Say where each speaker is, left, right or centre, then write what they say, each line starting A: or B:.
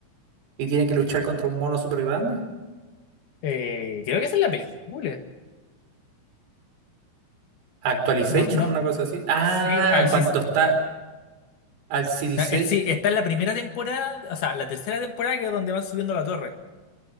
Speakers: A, on the right; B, on the left.
A: Y tiene que luchar contra un mono súper grande.
B: eh, creo que esa es la película.
A: Actualization,
B: No, no.
A: una cosa así. Ah,
B: Sí, Alice.
A: cuando está al C D
B: no,
A: seis
B: eh, sí, está en la primera temporada, o sea, la tercera temporada que es donde van subiendo la torre.